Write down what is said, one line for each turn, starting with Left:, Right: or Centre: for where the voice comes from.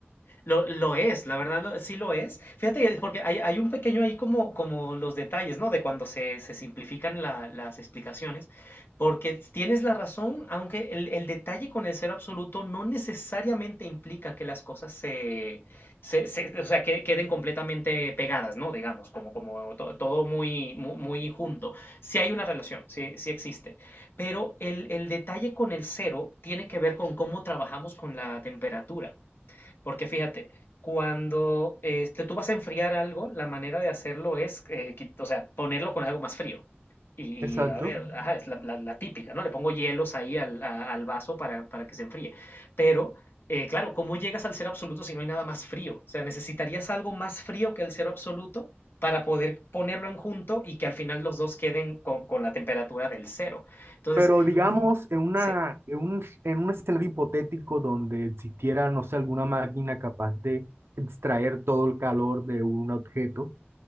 Left: Lo, lo es, la verdad lo- sí lo es. Fíjate, porque hay, hay un pequeño ahí como, como los detalles, ¿no? De cuando se, se simplifican la- las explicaciones, porque tienes la razón, aunque el, el detalle con el cero absoluto no necesariamente implica que las cosas se, se, se- o sea, que queden completamente pegadas, ¿no? Digamos, como, como to- todo muy, mu- muy, junto. Sí hay una relación, sí, sí existe. Pero el, el detalle con el cero tiene que ver con cómo trabajamos con la temperatura. Porque fíjate, cuando este, tú vas a enfriar algo, la manera de hacerlo es, eh, qui- o sea, ponerlo con algo más frío. Y,
Right: Exacto.
Left: a ver, ajá, es la, la- la típica, ¿no? Le pongo hielos ahí al, a- al vaso para, para que se enfríe. Pero, eh, claro, ¿cómo llegas al cero absoluto si no hay nada más frío? O sea, necesitarías algo más frío que el cero absoluto para poder ponerlo en junto y que al final los dos queden con, con la temperatura del cero. Entonces,
Right: Pero digamos, en una,
Left: sí,
Right: en un, en un escenario hipotético donde existiera, no sé, alguna máquina capaz de extraer todo el calor de un objeto